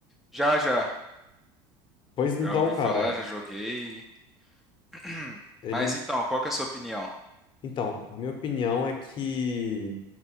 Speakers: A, in the centre; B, on the left.
A: Já, já.
B: Pois então,
A: Já ouvi
B: cara,
A: falar, já joguei. <clears throat>
B: eles.
A: Mas então, qual que é a sua opinião?
B: Então, a minha opinião é que.